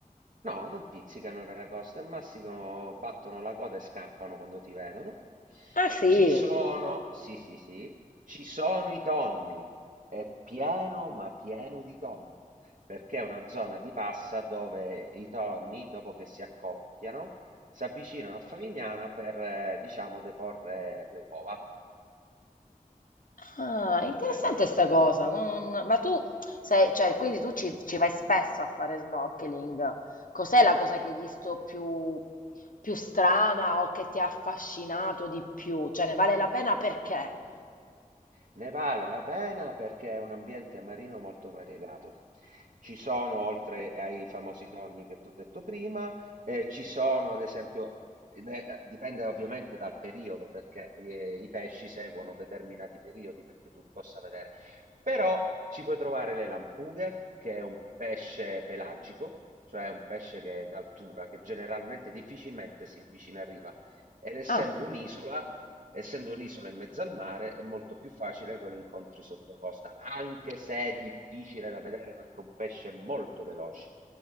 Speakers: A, on the right; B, on the left.
A: No, non pizzicano il Reracosta, al massimo battono la coda e scappano quando ti vedono.
B: Ah sì.
A: Ci sono,
B: <laughs>
A: sì, sì, sì, ci sono i tonni, è pieno, ma pieno di tonni, perché è una zona di passa dove i tonni, dopo che si accoppiano, si avvicinano a Favignana per, eh, diciamo, deporre le uova.
B: Ah, interessante
A: Bello.
B: sta cosa. non- Ma tu
A: Sì, sì.
B: sei, cioè, quindi tu ci, ci vai spesso a fare snorkeling. Cos'è la cosa che hai visto più, più strana o che ti ha affascinato di più? Cioè, ne vale la pena perché?
A: Ne vale la pena perché è un ambiente marino molto variegato. Ci sono, oltre ai famosi tonni che t'ho detto prima, eh, ci sono ad esempio, ed è- dipende ovviamente dal periodo, perché eh, i pesci seguono determinati periodi perché tu li possa vedere, però ci puoi trovare le lampughe, che è un pesce pelagico, cioè un pesce che è d'altura, che generalmente difficilmente si avvicina a riva. Ed essendo
B: Ah,
A: un'isola, Essendo un'isola in mezzo al mare è molto più facile che lo incontri sotto costa, anche se è difficile da vedere perché è un pesce molto veloce.